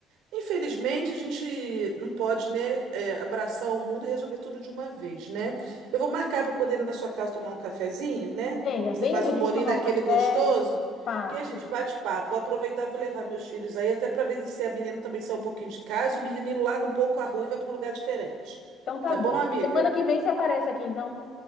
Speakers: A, on the right; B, on the left.
A: Infelizmente, a gente não pode, né, é, abraçar o mundo e resolver tudo de uma vez, né? Eu vou marcar para poder ir na sua casa tomar um cafezinho, né?
B: Venha,
A: Você
B: venha
A: faz
B: pra
A: um
B: gente
A: bolinho
B: tomar
A: daquele
B: um café.
A: gostoso,
B: Passo.
A: que aí a gente bate papo. Vou aproveitar, vou levar meus filhos aí, até para ver se a menina também sai um pouquinho de casa, e o menino larga um pouco a rua e vai para um lugar diferente.
B: Então tá
A: Tá
B: bom.
A: bom, amiga?
B: Semana que vem você aparece aqui, então.